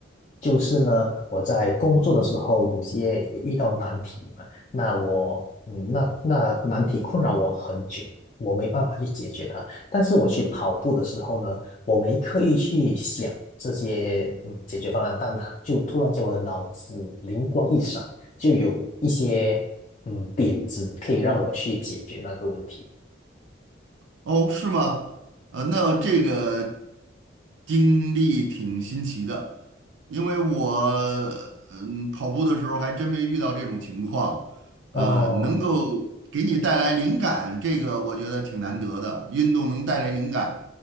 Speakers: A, on the left (about 35°); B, on the right (about 75°).
A: 就是呢，我在工作的时候有些有遇到难题嘛，那我嗯，那那难题困扰我很久，我没办法去解决它。但是我去跑步的时候呢，我没刻意去想这些嗯解决方案，但它就突然间我的脑子灵光一闪，就有一些嗯点子可以让我去解决那个问题。
B: 哦，是吗？呃，那这个经历挺新奇的，因为我嗯跑步的时候还真没遇到这种情况。呃，
A: 哦，
B: 能够给你带来灵感，这个我觉得挺难得的。运动能带来灵感，